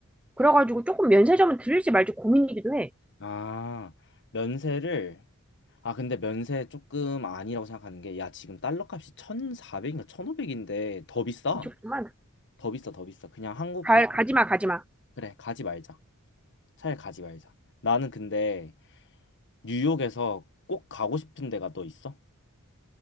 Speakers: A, in the centre; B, on the left.
A: 그래가지고 조금 면세점은 들릴지 말지 고민이기도 해.
B: 아 면세를 아 근데 면세 조금 아니라고 생각하는 게 야 지금 달러 값이 1400인가 1500인데 더 비싸
A: 미쳤구만.
B: 더 비싸 더 비싸 그냥 한국
A: 갈,
B: 100
A: 가지마, 가지마.
B: 그래 가지 말자 차라리 가지 말자. 나는 근데 뉴욕에서 꼭 가고 싶은 데가 너 있어?